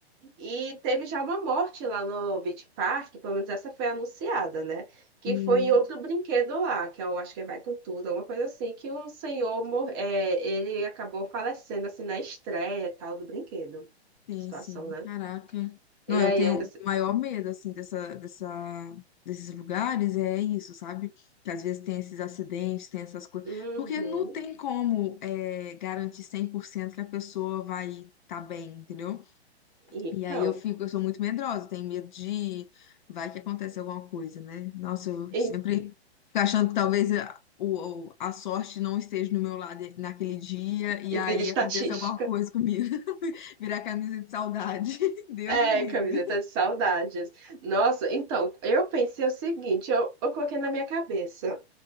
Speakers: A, on the right (about 20°); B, on the left (about 45°).
A: E teve já uma morte lá no Beach Park, pelo menos essa foi anunciada, né? Que
B: Hum,
A: foi em outro brinquedo lá, que eu acho que é Vai Com Tudo, alguma coisa assim, que um senhor, mor é, ele acabou falecendo, assim, na estreia e tal do brinquedo.
B: sim,
A: Situação,
B: sim.
A: né?
B: Caraca. Não,
A: E
B: eu
A: aí
B: tenho
A: ainda... se-
B: o maior medo, assim, dessa, dessa, desses lugares, é isso, sabe? Que às vezes tem esses acidentes, tem essas coisas.
A: Uhum.
B: Porque não tem como, é, garantir 100% que a pessoa vai estar bem, entendeu?
A: Então...
B: E aí eu fico, eu sou muito medrosa, tenho medo de vai que acontece alguma coisa, né? Nossa, eu
A: E,
B: sempre fico achando que talvez a, o- o- a sorte não esteja no meu lado naquele dia e
A: e
B: aí
A: vida estatística.
B: aconteça alguma coisa comigo. <laughs> Virar camisa de saudade. <laughs> Deus
A: É,
B: me livre.
A: camiseta de saudades. Nossa, então, eu pensei o seguinte, eu, eu coloquei na minha cabeça,